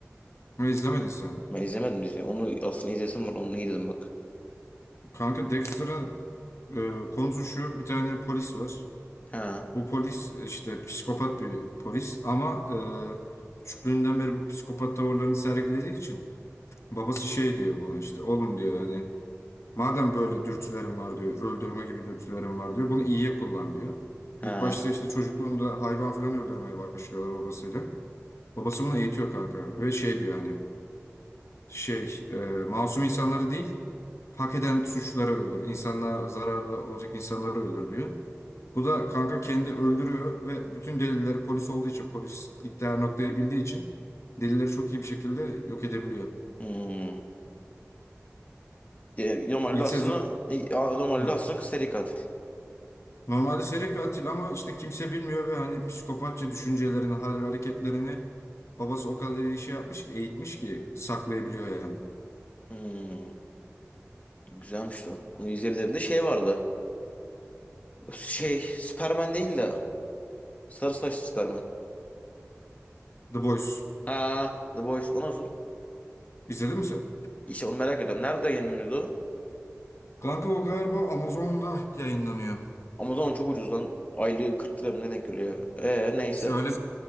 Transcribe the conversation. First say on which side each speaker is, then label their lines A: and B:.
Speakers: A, on the left (about 65°); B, on the left (about 30°).
A: Ne izlemedin sen?
B: Ben izlemedim diziyi. Onu aslında izlesim var. Onu iyi dedim bak.
A: Kanka Dexter'ın e, konusu şu. Bir tane polis var.
B: Ha.
A: Bu polis e, işte psikopat bir polis ama e, küçüklüğünden beri bu psikopat tavırlarını sergilediği için babası şey diyor buna işte oğlum diyor hani madem böyle dürtülerim var diyor öldürme gibi dürtülerim var diyor bunu iyiye kullan diyor.
B: Ha.
A: İlk başta işte çocukluğunda hayvan falan öldürmeye başlıyorlar babasıyla. Babası bunu eğitiyor kanka ve şey diyor hani şey e, masum insanları değil hak eden suçları öldür insanlığa zararlı olacak insanları öldür diyor. Bu da kanka kendi öldürüyor ve bütün delilleri polis olduğu için polislik değer noktayı bildiği için delilleri çok iyi bir şekilde yok edebiliyor.
B: Hmm. E, Normalde
A: İlk
B: aslında
A: sezon
B: e, a- normalde
A: ha.
B: aslında seri katil.
A: Normalde seri katil ama işte kimse bilmiyor ve hani psikopatça düşüncelerini, hal ve hareketlerini babası o kadar iyi şey yapmış ki, eğitmiş ki saklayabiliyor yani.
B: Hmm, güzelmiş lan. Onu izleyebilirim. De şey vardı. Şey Superman değil de sarı saçlı Superman.
A: The Boys.
B: Ha, The Boys o nasıl?
A: İzledin mi sen?
B: İşte onu merak ediyorum. Nerede yayınlanıyordu? o?
A: Kanka o galiba Amazon'da yayınlanıyor.
B: Amazon çok ucuz lan. Aylığı 40 lira mı ne denk geliyor? Ee neyse.
A: Öyle